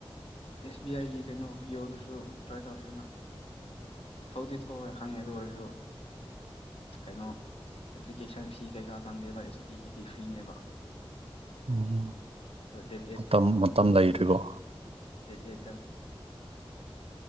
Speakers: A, on the left; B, on the right.
A: ꯑꯦꯁ ꯕꯤ ꯑꯥꯏꯒꯤ ꯀꯩꯅꯣ ꯄꯤꯌꯣꯗꯨꯁꯨ ꯇ꯭ꯔꯥꯏ ꯇꯧꯁꯤꯅ ꯊꯧꯗꯤ ꯊꯧꯋꯦ ꯈꯪꯉꯦ ꯑꯗꯨ ꯑꯣꯏꯔꯁꯨ ꯀꯩꯅꯣ ꯑꯦꯄ꯭ꯂꯤꯀꯦꯁꯟ ꯐꯤ ꯀꯩꯀꯥ ꯆꯥꯡꯗꯦꯕ ꯑꯦꯁ ꯗꯤꯒꯤꯗꯤ ꯐ꯭ꯔꯤꯅꯦꯕ
B: ꯎꯝ
A: ꯑꯗꯣ ꯗꯦꯠ
B: ꯃꯇꯝ ꯃꯇꯝꯗ ꯏꯔꯒꯣ
A: ꯆꯦꯖꯦꯇ <unintelligible>